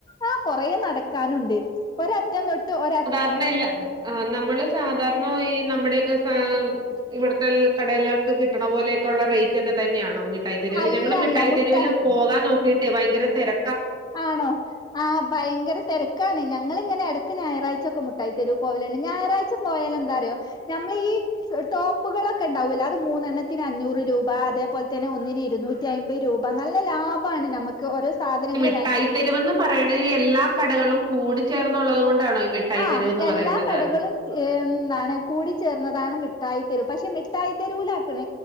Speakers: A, on the left; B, on the right.
A: ആഹ കൊറ നടക്കാനുണ്ട് ഒര് അറ്റം തൊട്ട് ഒര്
B: <unintelligible> ഇല്ല ആഹ നമ്മള് സാധാരണ ഈ നമ്മുടെയൊക്കെ സ ഇവിടത്തെ കടലൊക്കെ കിട്ടണ പോലെയൊക്കെുള്ളള്ള റേറ്റ് മക്കെ തന്നെയണോ മിഠായിത്തെെരുവിൽ
A: അല്ല
B: ഞങ്ങൾ മിഠായിത്തെെരുവിൽ
A: അല്ല മുട്ടാ
B: പോകാ നോക്കിയിട്ട് ഭയങ്കര തിര
A: ആണോ ആഹ ഭയങ്കര തിരക്കാണ് ഞളിങ്ങനെ ഇടക്ക് ഞായറാഴ്ച ഒക്കെ മുട്ടായി തരുൂ പോവലണ്ട് ഞായറാഴ്ച പോയാാല എന്താറിയോ നമ്മളീ ഈ ടോപ്പകളക്കെ ണ്ടാവില്ല അത് മൂന്നെണ്ണത്തിന് അഞ്ഞൂറ് രൂപ അതേപോലെ തന്നെ ഒന്നിന് ഇരുന്നൂറ്റി അമ്പത് രൂപ നല്ല ലാഭമാണ് നമുക്ക് ഓരോ സാധനങ്ങള
B: <unintelligible> ത്തരുവന്ന് പറയണത് എല്ലാ കടകളും കൂടിച്ചേർന്നുള്ളത് കൊണ്ടാണോ <unintelligible>
A: ആഹ എല്ലാ
B: പറയുന്നത്?
A: കടകളും ഏ എന്താണ് കൂടിച്ചേർന്നതാണ് മിഠായിത്തെരു പക്ഷെ മിഠായി തെരുലാക്കണ